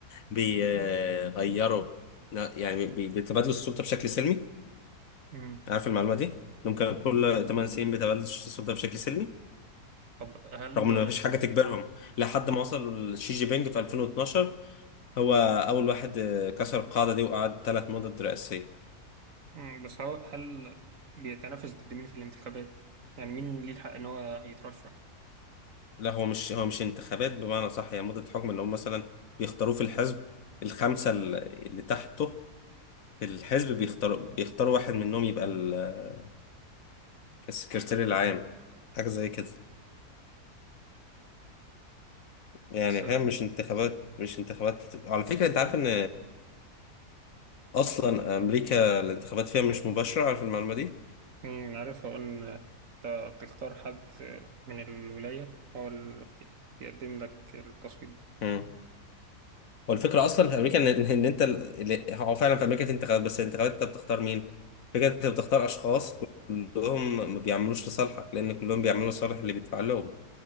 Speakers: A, on the left (about 60°); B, on the right (about 60°).
A: بيغيروا يعني بي... بيتبادلوا السلطه بشكل سلمي
B: مم.
A: عارف المعلومه دي؟ انهم كانوا كل 8 سنين بيتبادلوا السلطه بشكل سلمي
B: طب هل
A: رغم ان مفيش حاجه تجبرهم لحد ما وصل شي جي بينج في 2012 هو اول واحد آه، كسر القاعده دي وقعد ثلاث مدد رئاسيه
B: مم، بس هو هل بيتنافس ضد مين في الانتخابات؟ يعني مين ليه الحق إن هو يترشح؟
A: لا هو مش هو مش انتخابات بمعنى صح يعني مدة حكم اللي هم مثلا بيختاروه في الحزب الخمسة ال- اللي تحته في الحزب بيختاروا بيختاروا واحد منهم يبقى ال- السكرتير العام حاجة زي كده يعني
B: بس
A: فاهم مش انتخابات مش انتخابات على فكرة انت عارف ان اصلا امريكا الانتخابات فيها مش مباشرة عارف المعلومة دي؟
B: مم، عارف هو إن أنت بتختار حد من الولاية هو اللي بي- بيقدم لك التصويت ده
A: مم. والفكره اصلا في امريكا ان ان إن انت اللي هو فعلا في امريكا انتخابات بس الانتخابات انت بتختار مين؟ فكره انت بتختار اشخاص كلهم ما بيعملوش لصالحك لان كلهم بيعملوا لصالح اللي بيدفع لهم